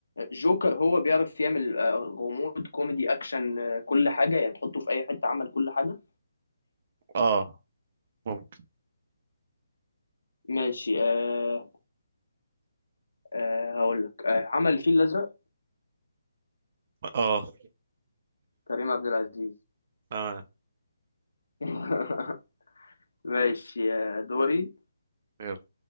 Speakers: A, on the left (about 80°); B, on the right (about 45°).
A: جوكر هو بيعرف يعمل آه، غموض كوميدي اكشن آه، كل حاجة يعني تحطه في اي حتة عمل كل حاجة
B: اه ممكن
A: ماشي أه أه هقول لك أه عمل الفيل الازرق
B: اه
A: كريم عبد العزيز
B: تمام
A: <laughs> ماشي آه، دوري
B: يلا